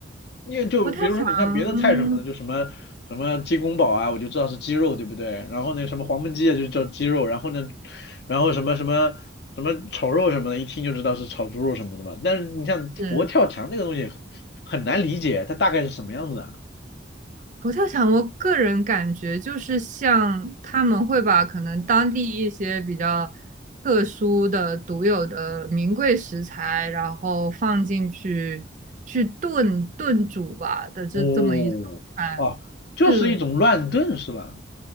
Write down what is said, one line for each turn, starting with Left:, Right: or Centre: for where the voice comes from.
Left: 因为就比如说你像别的菜什么的，
Right: 佛跳墙
Left: 就什么什么鸡公煲啊，我就知道是鸡肉，对不对？然后那什么黄焖鸡啊，就叫鸡肉，然后呢，然后什么什么什么炒肉什么的，一听就知道是炒猪肉什么的嘛。但是你像佛跳墙那个东西很很难理解，
Right: 是。
Left: 它大概是什么样子啊？
Right: 佛跳墙，我个人感觉就是像他们会把可能当地一些比较特殊的、独有的名贵食材，然后放进去去炖炖煮吧的这这么一种菜。
Left: 哦哦，就是一种乱炖是吧？
Right: 是，